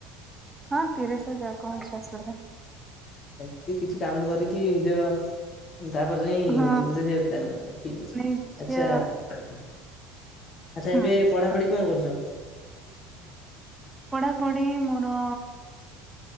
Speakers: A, on the right; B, on the left.
A: ହଁ ତିରିଶି ହେଇଯାଉ କଣ ଅଛି ଅସୁବିଧା।
B: ସେମତି କିଛି କାମ କରିକି ନିଜ ତାପରେ ଯାଇଁ
A: ହଁ
B: <unintelligible> ପ୍ଲାନ କରିଚ ଠିକ୍
A: ନିଜ
B: ଅଛି ଆଚ୍ଛା ଆଚ୍ଛା
A: ହୁଁ
B: ଏବେ ପଢା
A: କୁହନ୍ତୁ।
B: ପଢି କଣ କରୁଚ?
A: ପଢା ପଢି ମୋର